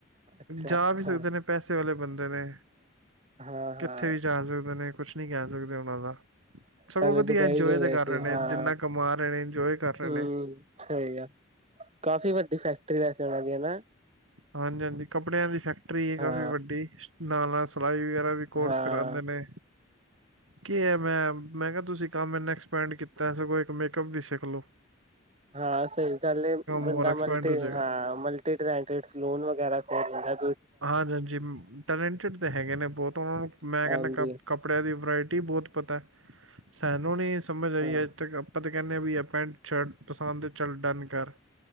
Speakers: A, on the right; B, on the right.
A: ਅੱਛਾ
B: ਜਾ
A: ਅੱਛਾ
B: ਵੀ ਸਕਦੇ ਨੇ, ਪੈਸੇ ਵਾਲੇ ਬੰਦੇ ਨੇ
A: ਹਾਂ
B: ਕਿੱਥੇ
A: ਹਾਂ
B: ਵੀ ਜਾ ਸਕਦੇ ਨੇ, ਕੁਛ ਨੀ ਕਹਿ ਸਕਦੇ ਉਹਨਾਂ ਦਾ, ਸਗੋਂ
A: ਪਹਿਲੇ
B: ਵਧੀਆ
A: ਦੁਬਈ
B: ਇੰਜੋਏ
A: ਗਏ
B: ਤੇ ਕਰ
A: ਸੀ
B: ਰਹੇ
A: ਹਾਂ
B: ਨੇ ਜਿੰਨਾ ਕਮਾ ਰਹੇ ਨੇ ਇੰਜੋਏ ਕਰ ਰਹੇ
A: ਹੂੰ
B: ਨੇ।
A: ਸਹੀ ਆ, ਕਾਫ਼ੀ ਵੱਡੀ ਫੈਕਟਰੀ ਵੈ ਚਲਾ ਦੀਆਂ ਨਾ।
B: ਹਾਂਜੀ ਹਾਂਜੀ, ਕੱਪੜਿਆਂ ਦੀ ਫੈਕਟਰੀ ਹੈ ਕਾਫ਼ੀ
A: ਹਾਂ
B: ਵੱਡੀ ਨਾਲ ਨਾਲ ਸਿਲਾਈ ਵਗਰਾ ਵੀ ਕੋਰਸ
A: ਹਾਂ
B: ਕਰਾਂਦੇ ਨੇ ਕਿਹਾ ਆ ਮੈਂ, ਮੈਂ ਕਿਹਾ ਤੁਸੀਂ ਤਾਂ ਮੈ ਐਕਸਪੈਂਡ ਕੀਤਾ, ਸਗੋਂ ਇੱਕ ਮੇਕਅਪ ਵੀ ਸਿੱਖ ਲੋ।
A: ਹਾਂ ਸਹੀ ਗੱਲ ਹੈ ਬੰਦਾ
B: ਹੋਰ ਐਕਸਪੈਂਡ
A: ਮਲਟੀ
B: ਹੋ ਜਾਏਗਾ
A: ਹਾਂ ਮਲਟੀ ਟਲੈਤਸ ਲੋਨ ਵਗੈਰਾ ਕਰ ਦਿੰਦਾ
B: ਹਾਂਜੀ ਹਾਂਜੀ ਟੈਲੈਂਟਡ ਤੇ ਹੈਗੇ ਨੇ। ਬਹੁਤ ਉਹਨਾਂ ਨੂੰ ਮੈਂ
A: ਹਾਂਜੀ
B: ਕਹਿੰਨਾ ਕ ਕੱਪੜਿਆਂ ਦੀ ਵਰਾਇਟੀ ਬਹੁਤ ਪਤਾ, ਸਾਨੂੰ ਨੀ ਸਮਝ ਆਈ
A: ਹਾਂ
B: ਅੱਜ ਤੱਕ ਆਪਾਂ ਤੇ ਕਹਿੰਦੇ ਵੀ ਆ ਪੈਂਟ ਸ਼ਰਟ ਪਸੰਦ ਚੱਲ ਡਨ ਕਰ